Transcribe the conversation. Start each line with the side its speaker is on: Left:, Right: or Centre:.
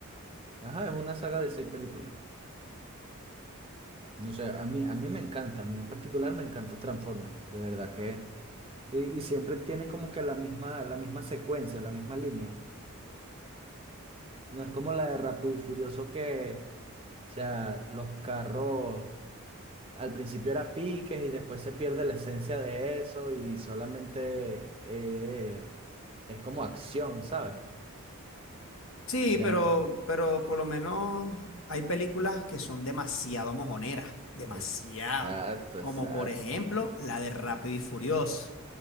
Right: Ajá, es una saga de seis películas. No sé, a mí, a mí me encanta, a mí en particular me encanta Transformers, de verdad que. Y, y siempre tienen como que la misma, la misma secuencia, la misma línea. No es como la de Rápido y Furioso que, o sea, los carros. Al principio era piques y después se pierde la esencia de eso y solamente eh, es como acción, ¿sabes?
Left: Sí,
Right: Ya
Left: pero,
Right: n-
Left: pero por lo menos hay películas que son demasiado mojoneras, demasiado.
Right: Exacto,
Left: Como
Right: exacto.
Left: por ejemplo la de Rápido y Furioso.